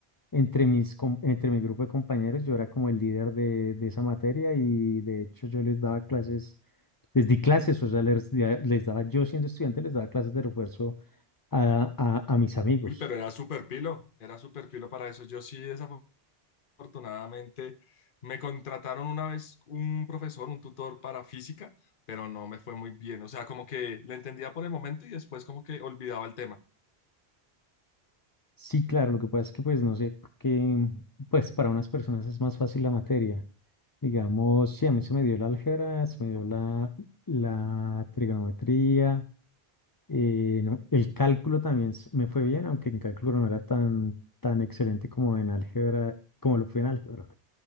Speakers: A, on the left; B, on the left.
A: Entre mis, com- entre mi grupo de compañeros, yo era como el líder de, de esa materia y de hecho yo les daba clases, les di clases, o sea, les, di- les daba, yo siendo estudiante, les daba clases de refuerzo a, a, a mis amigos.
B: Uy, pero era súper pilo, era súper pilo para eso. Yo sí, esa afortunadamente me contrataron una vez un profesor, un tutor para física, pero no me fue muy bien. O sea, como que le entendía por el momento y después como que olvidaba el tema.
A: Sí, claro, lo que pasa es que pues no sé, porque pues para unas personas es más fácil la materia. Digamos, sí, a mí se me dio la álgebra, se me dio la, la trigonometría Eh, no, el cálculo también s- me fue bien, aunque en cálculo no era tan, tan excelente como en álgebra, como lo fue en álgebra.